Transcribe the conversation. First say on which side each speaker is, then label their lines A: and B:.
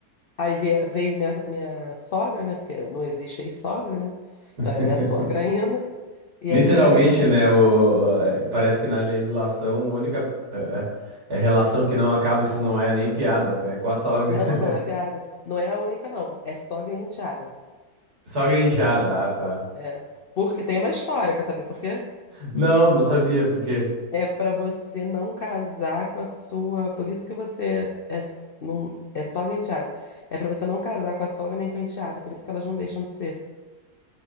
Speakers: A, on the left (about 65°); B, on the right (about 75°).
A: Aí veio, veio minha, minha sogra, né? Porque não existe ex-sogra, né?
B: <laughs>
A: Então é minha sogra ainda. E
B: Literalmente,
A: aí eu, minha mãe.
B: né? O, parece que na legislação a única eh, eh, relação que não acaba, isso não é nem piada, é com a sogra.
A: Não,
B: <laughs>
A: não é piada. Não é a única, não. É sogra e enteada.
B: Sogra e enteada, ah, tá.
A: É. Porque tem uma história, quer saber por quê?
B: Não, não sabia, por quê?
A: É para você não casar com a sua. Por isso que você é, s- não, é sogra e enteada. É para você não casar com a sogra nem com a enteada. Por isso que elas não deixam de ser.